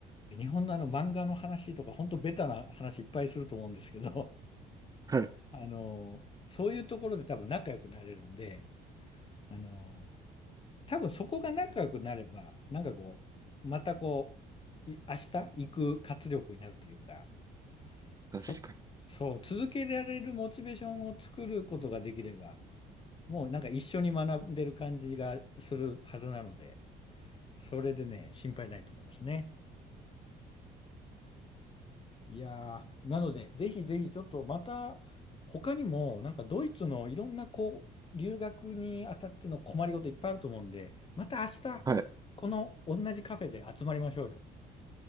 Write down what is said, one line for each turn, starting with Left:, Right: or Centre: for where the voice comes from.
Left: で日本のあの漫画の話とか、ほんとベタな話いっぱいすると思うんですけど、
Right: はい。
Left: あの、そういうところで多分仲良くなれるんで、あの、多分そこが仲良くなれば、なんかこう、またこう、い明日行く活力になるというか、
Right: 確かに。
Left: そ、そう、続けられるモチベーションを作ることができれば、もうなんか一緒に学んでる感じがするはずなので、それでね、心配ないと思いますね。いやー、なので、ぜひぜひちょっとまた、他にも、なんかドイツのいろんなこう、留学にあたっての困りごといっぱいあると思うんで、また明日、
Right: はい。
Left: この同じカフェで集まりましょうよ。